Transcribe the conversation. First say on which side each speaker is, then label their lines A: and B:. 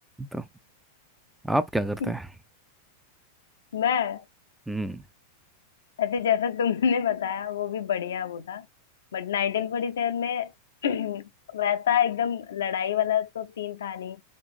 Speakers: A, in the centre; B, on the left.
A: तो आप क्या करते
B: <laughs>
A: हैं
B: मैं
A: हम्म
B: वैसे जैसा तुमने बताया वो भी बढ़िया वो था बट 1947 में <clears throat> वैसा एकदम लड़ाई वाला तो सीन था नहीं